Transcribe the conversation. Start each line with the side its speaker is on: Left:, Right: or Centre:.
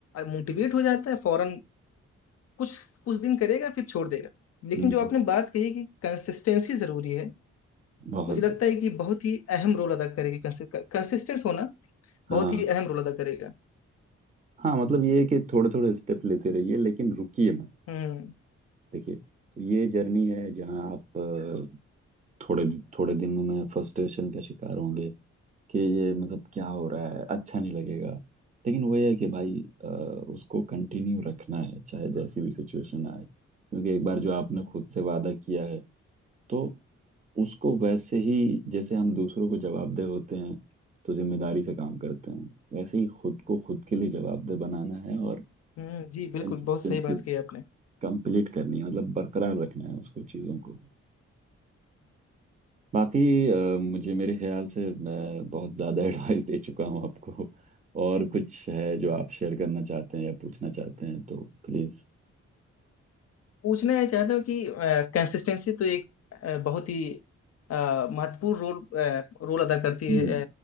Left: मोटिवेट हो जाता है फौरन कुछ कुछ दिन करेगा फिर छोड़ देगा लेकिन
Right: हम्म
Left: जो आपने बात कही कि कंसिस्टेंसी जरूरी है
Right: बहुत
Left: मुझे लगता
Right: ज्यादा।
Left: है कि बहुत ही अहम रोल अदा करेगी कंसिस्टेंस होना बहुत
Right: हाँ
Left: ही अहम रोल अदा करेगा
Right: हाँ मतलब ये है कि थोड़े थोड़े स्टेप लेते रहिए लेकिन रुकिए मत
Left: हम्म
Right: देखिए ये जर्नी है जहाँ आप अ, थोड़े थोड़े दिनों में फ्रस्ट्रेशन का शिकार होंगे कि ये मतलब क्या हो रहा है अच्छा नहीं लगेगा लेकिन वही है कि भाई अ, उसको कंटिन्यू रखना है चाहे जैसी भी सिचुएशन आए क्योंकि एक बार जो आपने खुद से वादा किया है तो उसको वैसे ही जैसे हम दूसरों को जवाबदेह होते हैं तो जिम्मेदारी से काम करते हैं वैसे ही खुद को खुद के लिए जवाबदेह बनाना है और
Left: हम्म जी बिल्कुल
Right: कंसिस्टेंसी
Left: बहुत सही बात कही आपने
Right: कंप्लीट करनी है मतलब बरकरार रखना है उसको चीज़ों को बाकी अ, मुझे मेरे ख्याल से मैं बहुत ज़्यादा <laughs> एडवाइस दे चुका हूँ आपको और कुछ है जो आप शेयर करना चाहते हैं या पूछना चाहते हैं तो प्लीज़
Left: पूछना है चाहता हूँ कि कंसिस्टेंसी तो एक अ, बहुत ही अ, महत्वपूर्ण रोल अ, रोल अदा करती
Right: हम्म
Left: है